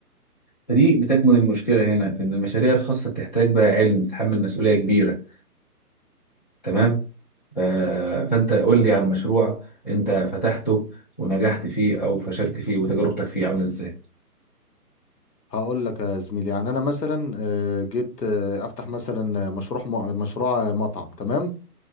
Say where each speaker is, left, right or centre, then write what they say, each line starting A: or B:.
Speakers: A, on the left; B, on the left.
A: فدي بتكمن المشكلة هنا في ان المشاريع الخاصة بتحتاج بقى علم تتحمل مسؤولية كبيرة تمام ف... فانت قول لي عن مشروع انت فتحته ونجحت فيه او فشلت فيه وتجربتك فيه عاملة ازاي
B: هقول لك يا زميلي يعني انا مثلا آه، جيت آه، افتح مثلا آه، مشروع مشروع مطعم تمام